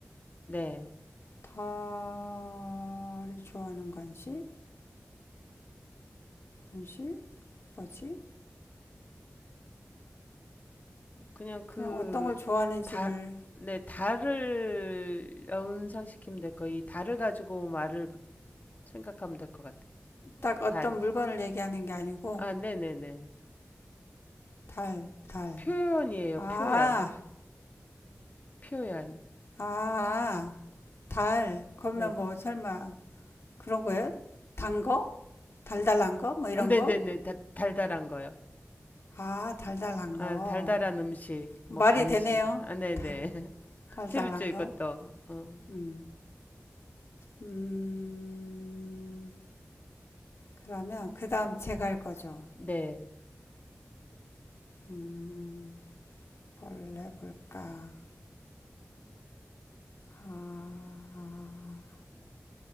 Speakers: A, on the left; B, on the left.
A: 네.
B: 달을 좋아하는 건지? 건지? 뭐지?
A: 그냥 그
B: 그냥 어떤 걸 좋아하는지를,
A: 다, 네, 달을 연상시키면 될 거. 이 달을 가지고 말을 생각하면 될 것 같아요.
B: 딱 어떤
A: 달.
B: 물건을 얘기하는 게 아니고,
A: 아, 네네네.
B: 달, 달.
A: 표현이에요.
B: 아,
A: 표현. 표현.
B: 아, 달. 그러면
A: 네.
B: 뭐 설마 그런 거예요? 단 거? 달달한 거? 뭐 이런
A: 아, 네네네.
B: 거?
A: 다, 달달한 거요.
B: 아, 달달한
A: 아,
B: 거.
A: 달달한 음식, 뭐
B: 말이
A: 간식.
B: 되네요.
A: 아, 네네.
B: 달,
A: <laughs>
B: 달달한
A: 재밌죠, 이것도.
B: 거.
A: 어.
B: 음. 음. 그러면 그다음 제가 할 거죠.
A: 네.
B: 음. 뭘 해볼까? 아. 아.